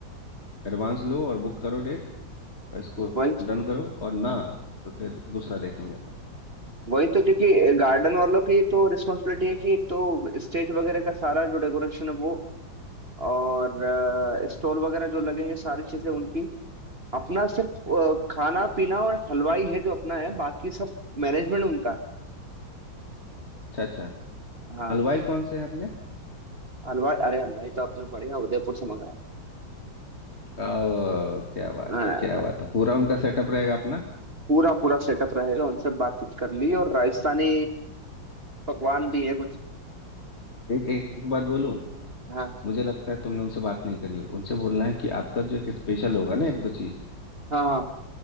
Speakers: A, on the left (about 35°); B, on the right (about 30°).
A: एडवांस लो और बुक करो डेट और इसको
B: वही
A: डन करो और ना तो फिर दूसरा देखेंगे अपन
B: वही तो क्योंकि गार्डन वालों की तो रिस्पॉन्सिबिलिटी है कि एक तो स्टेज वगैरह का सारा जो डेकोरेशन है वो और स्टॉल वगैरह जो लगेंगे सारी चीजें उनकी अपना सिर्फ अ, खाना पीना और हलवाई है जो अपना है बाकी सब मैनेजमेंट उनका है
A: अच्छा अच्छा
B: हाँ
A: हलवाई कौन से हैं अपने
B: हलवाई अरे हलवाई तो आपने बढ़िया उदयपुर से मंगाया
A: ओ, क्या बात
B: हाँ,
A: है क्या बात है पूरा उनका सेटअप रहेगा अपना
B: पूरा पूरा सेटअप रहेगा उनसे बातचीत कर ली और राजस्थानी पकवान भी है कुछ
A: एक एक, एक बात बोलूं
B: हाँ
A: मुझे लगता है तुमने उनसे बात नहीं करी हो उनसे बोलना है कि आपका जो एक स्पेशल होगा ना एक दो चीज
B: हाँ हाँ